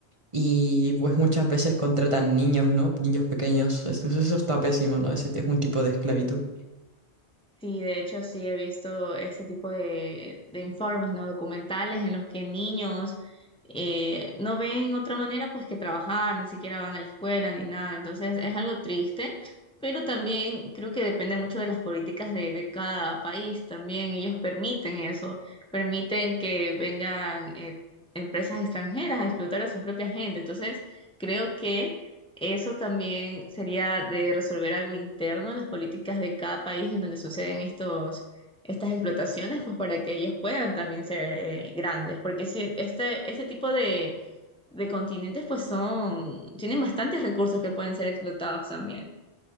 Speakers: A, on the right; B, in the centre.
A: Y pues muchas veces contratan niños, ¿no? Niños pequeños. Entonces eso está pésimo, ¿no? Ese es un tipo de esclavitud.
B: Sí, de hecho sí he visto ese tipo de, de informes, ¿no? Documentales en los que niños eh, no ven otra manera pues que trabajar, ni siquiera van a la escuela ni nada. Entonces es algo triste, pero también creo que depende mucho de las políticas de, de cada país también. Ellos permiten eso, permiten que vengan eh, empresas extranjeras a explotar a su propia gente. Entonces creo que eso también sería de resolver algo interno en las políticas de cada país en donde suceden estos, estas explotaciones, pues para que ellos puedan también ser eh, grandes, porque si este, este tipo de, de continentes pues son, tienen bastantes recursos que pueden ser explotados también.